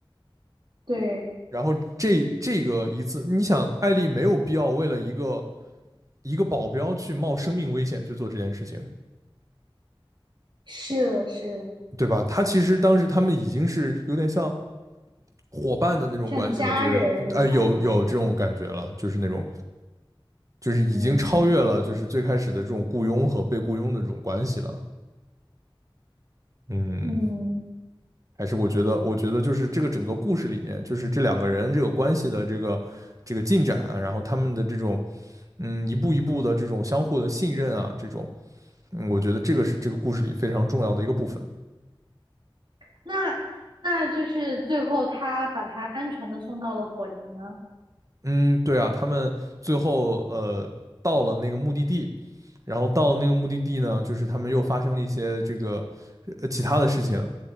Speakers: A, on the right; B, on the right.
A: 对，
B: 然后这这个一次，你想，艾丽没有必要为了一个一个保镖去冒生命危险去做这件事情，
A: 是的，是的，
B: 对吧？他其实当时他们已经是有点像伙伴的那种关系了，
A: 像家人一样的那种。
B: 就是哎、呃有有这种感觉了，就是那种就是已经超越了就是最开始的这种雇佣和被雇佣的这种关系了。
A: 嗯
B: 嗯，
A: 嗯，
B: 还是我觉得，我觉得就是这个整个故事里面，就是这两个人这个关系的这个这个进展啊，然后他们的这种嗯一步一步的这种相互的信任啊，这种嗯，我觉得这个是这个故事里非常重要的一个部分。
A: 那那就是最后他把她安全的送到了火营呢。
B: 嗯，对啊，他们最后呃到了那个目的地，然后到了那个目的地呢，就是他们又发生了一些这个呃其他的事情，